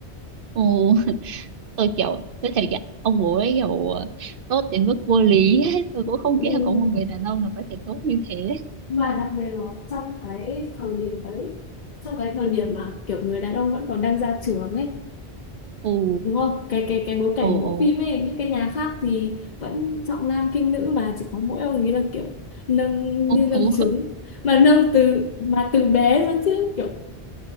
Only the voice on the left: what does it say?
Ừ,
Mà đặc biệt là trong cái thời điểm đấy, trong cái thời điểm mà kiểu người đàn ông vẫn còn đang ra trường ấy,
đúng không cái cái cái bối cảnh
của
bộ phim ấy những cái nhà khác thì vẫn trọng nam khinh nữ mà chỉ có mỗi ông ấy là kiểu nâng
như nâng trứng mà nâng từ mà từ bé luôn chứ kiểu